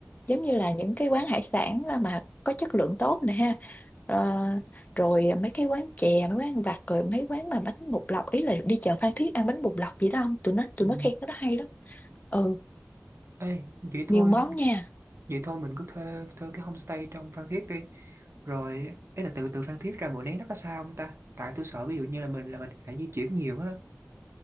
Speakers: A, on the left (about 35°); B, on the right (about 60°).
A: giống như là những cái quán hải sản mà có chất lượng tốt nè ha Ờ, rồi mấy cái quán chè mấy quán ăn vặt rồi mấy quán mà bánh bột lọc ý là đi chợ Phan Thiết ăn bánh bột lọc gì đó không tụi nó tụi
B: Ừ.
A: nó khen cái đó hay lắm ừ
B: Ê, vậy thôi
A: nhiều món nha
B: vậy thôi mình cứ thuê thuê cái homestay trong Phan Thiết đi rồi ý là từ từ Phan Thiết ra Mũi Né nó có xa không ta tại tôi sợ ví dụ như là mình là mình phải di chuyển nhiều á